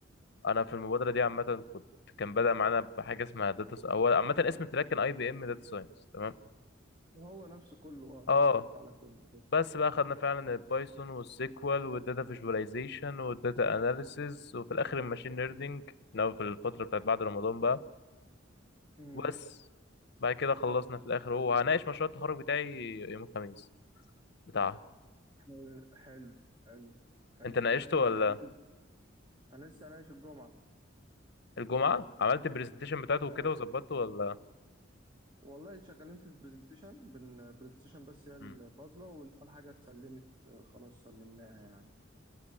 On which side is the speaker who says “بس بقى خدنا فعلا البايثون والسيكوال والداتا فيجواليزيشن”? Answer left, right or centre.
Left